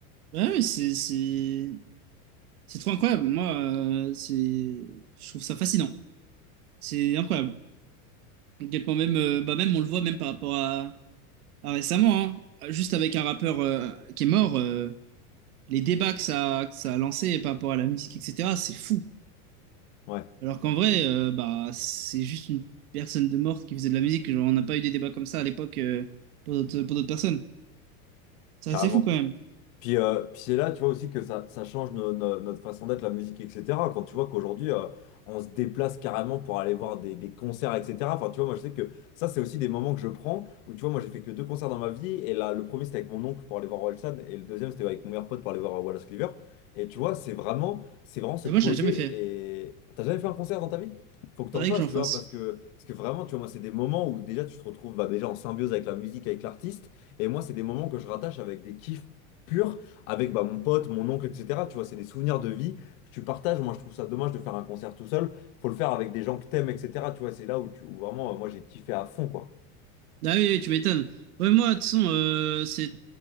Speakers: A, on the right; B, on the left.
A: Ouais, ouais, c'est c'est C'est trop incroyable. Moi, euh, c'est, je trouve ça fascinant. C'est incroyable. À quel point même, euh, bah même on le voit même par rapport à, à récemment, hein. Juste avec un rappeur euh, qui est mort, euh, les débats que ça, que ça a lancé par rapport à la musique, etc. C'est fou.
B: Ouais,
A: Alors qu'en vrai, euh, bah c'est juste une personne de mort qui faisait de la musique. Genre, on n'a pas eu des débats comme ça à l'époque euh, pour d'autres, pour d'autres personnes. C'est
B: carrément.
A: assez fou quand même.
B: Puis, euh, puis c'est là, tu vois aussi que ça, ça change no- no- notre façon d'être, la musique, etc. Quand tu vois qu'aujourd'hui, euh, on se déplace carrément pour aller voir des, des concerts, etc. Enfin, tu vois, moi, je sais que ça, c'est aussi des moments que je prends où, tu vois, moi, j'ai fait que deux concerts dans ma vie. Et là, le premier, c'était avec mon oncle pour aller voir Orelsan. Et le deuxième, c'était avec mon meilleur pote pour aller voir euh, Wallace Cleaver. Et tu vois, c'est vraiment, c'est vraiment se
A: Et
B: poser.
A: moi, je l'ai jamais fait.
B: Et t'as jamais fait un concert dans ta vie? Faut que t'en
A: Faudrait
B: fasses,
A: que j'en
B: tu
A: fasse.
B: vois, parce que, parce que vraiment, tu vois, moi, c'est des moments où déjà, tu te retrouves bah, déjà en symbiose avec la musique, avec l'artiste. Et moi, c'est des moments que je rattache avec des kiffs pur avec bah, mon pote, mon oncle, etc. Tu vois, c'est des souvenirs de vie que tu partages. Moi, je trouve ça dommage de faire un concert tout seul. Faut le faire avec des gens que t'aimes, etc. Tu vois, c'est là où, tu, où vraiment, euh, moi, j'ai kiffé à fond, quoi.
A: Ah oui, oui, tu m'étonnes. Ouais, moi, de toute façon, euh, c'est...